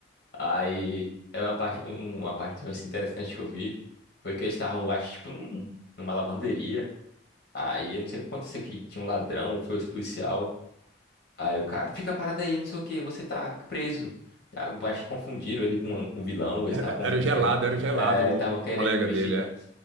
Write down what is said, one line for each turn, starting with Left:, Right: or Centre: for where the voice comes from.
Left: Aí, é uma parte, um- uma parte assim, interessante que eu vi foi que eles estavam, acho, tipo, num- numa lavanderia. Aí, eu não sei o que aconteceu, que tinha um ladrão, ou foi os policial. Aí o cara, fica parado aí, não sei o que, você tá preso. Ah, eu Acho que confundiram ele com um com um vilão, ou eles estavam
Right: Era, era o gelado,
Left: querendo,
Right: era o gelado,
Left: é,
Right: o,
Left: estavam
Right: o
Left: querendo
Right: colega
Left: investigar.
Right: dele, é.